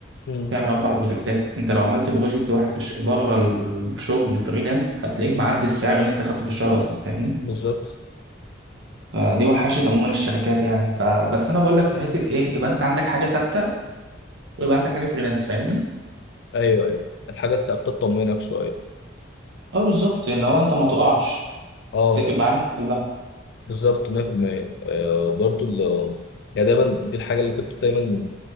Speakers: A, on the left; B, on the right.
A: مم.
B: تعمل اربع بروجكتات انت لو عملت بروجكت واحد في الش... بره الشغل فريلانس هتلاقيك معدي السعر اللي انت خدته في الشهر اصلا فاهمني
A: بالظبط
B: فدي وحشت عموما الشركات يعني فبس انا بقول لك في حته ايه يبقى انت عندك حاجه ثابته ويبقى عندك حاجه فريلانس فاهمني
A: أيوه أيوه الحاجة الثابتة تطمنك شوية
B: اه بالظبط ان هو انت ما تقعش
A: أه
B: تتفق معايا ولا
A: بالظبط 100% آه، برضو ال يعني دايما دي الحاجة اللي كنت دايما